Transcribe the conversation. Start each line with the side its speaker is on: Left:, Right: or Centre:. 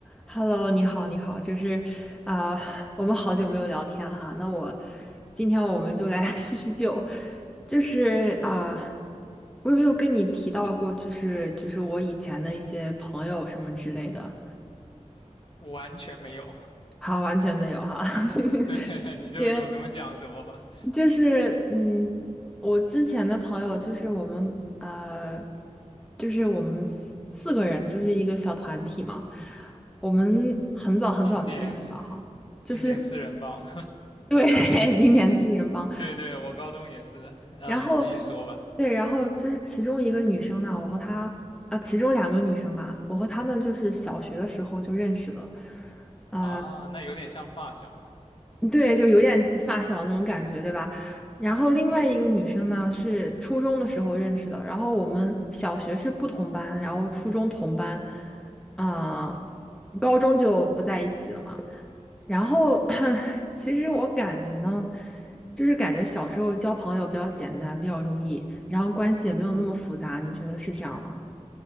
Centre: Hello，你好，你好，就是啊、我们好久没有聊天了哈。那我今天我们就来 <laughs> 叙叙旧，就是啊、我有没有跟你提到过，就是就是我以前的一些朋友什么之类的？
Left: 完全没有。
Centre: 好，完全没有哈。
Left: <laughs>
Centre: <laughs>
Left: 对，你就有什么讲什么吧。
Centre: 行，就是嗯，我之前的朋友就是我们呃，就是我们四四个人，就是一个小团体嘛。我们很早很早就认识了哈，
Left: 经典，
Centre: 就是。
Left: 经典四人帮。
Centre: 对，<laughs> 今年四人帮，
Left: <laughs> 对对，我高中也是的。呃，
Centre: 然后
Left: 你继续说吧。
Centre: 对，然后就是其中一个女生呢，我和她啊，其中两个女生吧，我和她们就是小学的时候就认识了，啊。
Left: 啊，那有点像发小了。
Centre: 对，就有点发小那种感觉，对吧？然后另外一个女生呢，是初中的时候认识的，然后我们小学是不同班，然后初中同班，啊、高中就不在一起了嘛。然后 <laughs> <clears throat> 其实我感觉呢，就是感觉小时候交朋友比较简单，比较容易，然后关系也没有那么复杂，你觉得是这样吗？